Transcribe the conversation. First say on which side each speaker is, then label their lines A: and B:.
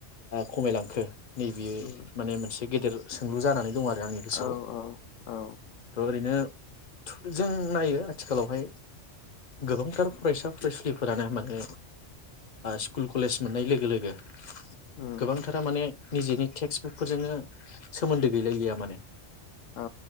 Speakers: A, on the left (about 50°); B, on the left (about 90°).
A: खमायलांखो? नैबेयो
B: उम
A: माने मोनसे गेदेर सोंलु जानानै दं आरो आंनि गोसोआव
B: औ औ औ
A: थ ओरैनो थु जों नायो आथिखालावहाय गोबांथार फरायसा फरायसुलिफोरानो माने स्कुल कलेज मोननाय लोगो लोगो
B: उम
A: गोबांथारा माने निजेनि टेक्सटबुकफोरजोंनो सोमोन्दो गैलायिया माने
B: औ